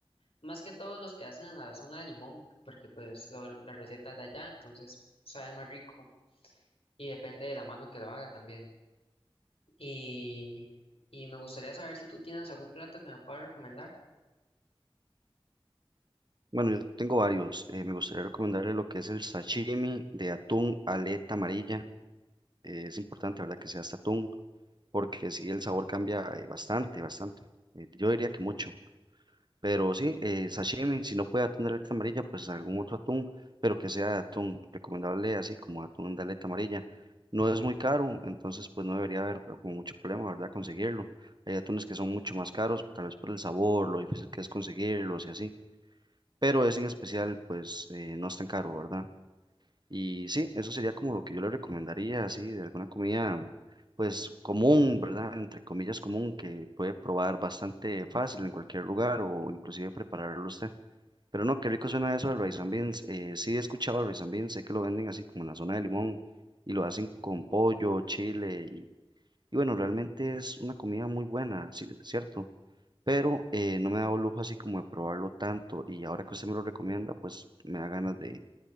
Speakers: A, on the left; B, on the right.
A: Más que todos los que hacen en la zona de Limón, porque pues lo- la receta es de allá, entonces sabe más rico. Y depende de la mano que lo haga también. Y, y me gustaría saber si tú tienes algún plato que me puedas recomendar.
B: Bueno, yo tengo varios. eh, me gustaría recomendarle lo que es el sashimi de atún aleta amarilla. eh, es importante, ¿verdad?, que sea este atún, porque sí, el sabor cambia eh, bastante, bastante. eh, yo diría que mucho. Pero sí, eh, sashimi, si no puede atún de aleta amarilla, pues algún otro atún, pero que sea de atún, recomendable así como atún de aleta amarilla. No es muy caro, entonces pues no debería haber como mucho problema, ¿verdad? Conseguirlo. Hay atunes que son mucho más caros, tal vez por el sabor, lo difícil que es conseguirlos y así, pero ese en especial pues eh, no es tan caro, ¿verdad? Y sí, eso sería como lo que yo le recomendaría, así, de alguna comida, pues común, ¿verdad? Entre comillas común, que puede probar bastante fácil en cualquier lugar o inclusive prepararlo usted. Pero no, qué rico suena eso del rice and beans. Eh, sí he escuchado el rice and beans, sé que lo venden así como en la zona de Limón y lo hacen con pollo, chile y, y bueno, realmente es una comida muy buena, sí, cierto. Pero eh, no me he dado lujo así como de probarlo tanto y ahora que usted me lo recomienda, pues me da ganas de